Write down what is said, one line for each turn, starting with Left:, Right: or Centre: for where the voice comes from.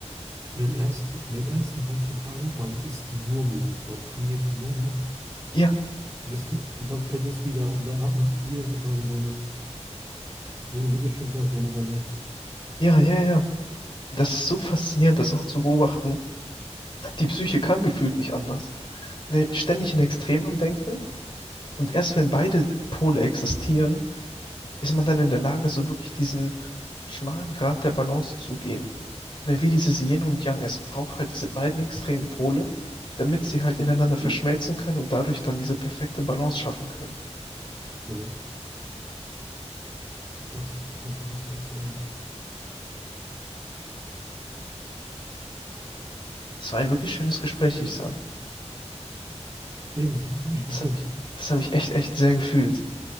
Right: in den ersten, an den ersten drei, vier Tagen, man isst nur gesund, man trainiert nur noch,
Left: Ja,
Right: bis man, und dann fällt es wieder und dann hat man irgendwann so eine, so eine, wie du schon sagst, so eine Balance.
Left: ja, ja, ja. Das ist so faszinierend, das auch zu beobachten. Die Psyche kann gefühlt nicht anders. ne, ständig in Extremen am Denken. Und erst wenn beide Pole existieren, ist man dann in der Lage, so wirklich diesen schmalen Grat der Balance zu gehen. Ne, wie dieses Yin und Yang. Es braucht halt diese beiden extremen Pole, damit sie halt ineinander
Right: <clears throat>
Left: verschmelzen können und dadurch dann diese perfekte Balance schaffen können.
Right: Genau. Krass, krass, krass, krass, ehrlich.
Left: Es war ein wirklich schönes Gespräch, Ihsan.
Right: Ebenso. Hab mich
Left: Das
Right: gefreut.
Left: habe ich, das habe ich echt, echt sehr gefühlt.